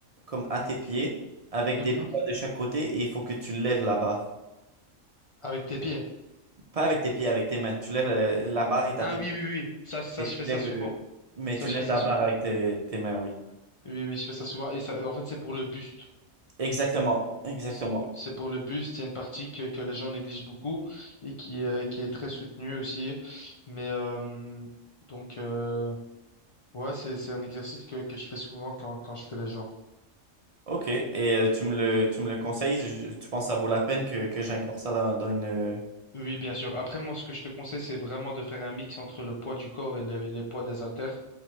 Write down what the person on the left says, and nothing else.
Mhm.
Avec tes pieds.
Ah
oui, oui, oui. oui. Ça, ça,
je
fais ça
souvent.
Ça,
je
fais ça
souvent.
Oui, oui, je fais ça souvent. Et ça, en fait, c'est pour le buste.
C'est pour, c'est pour le bus, il une partie que, que les gens négligent beaucoup et qui, est- qui est très soutenue aussi. Mais euh, donc, euh, ouais, c'est, c'est un exercice que, que je fais souvent quand, quand je fais les jambes.
Euh,
Oui, bien sûr. Après, moi, ce que je te conseille, c'est vraiment de faire un mix entre le poids du corps et les, les poids des haltères